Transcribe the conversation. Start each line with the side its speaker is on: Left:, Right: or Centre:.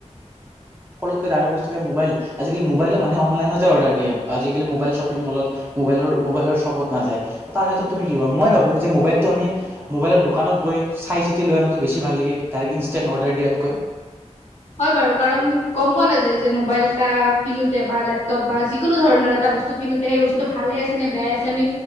Right: আটাইতকৈ ডাঙৰ বস্তু এতিয়া মোবাইল আজিকালি মোবাইলো মানে অনলাইনতে অৰ্ডাৰ দিয়ে আজিকালি মোবাইল শ্বপিং মলত মোবাইলৰ মোবাইলৰ শ্বপত নাযায় তাৰ ক্ষেত্ৰত তুমি কি কিবা মই ভাবো যে মোবাইল টো আমি মোবাইলৰ দোকানত গৈ চাই বেছি ভাল নেকি, তাৰ ইনষ্টন অৰ্ডাৰ দিয়াত কৈ
Left: হয় বাৰু কাৰণ গম পোৱা নাযায় যে মোবাইল এটা কিনোতে বা লেপটপ যিকোনো ধৰণৰ এটা বস্তু কিনোতে সেই বস্তুটো ভালে আছে নে বেয়াই আছে আমি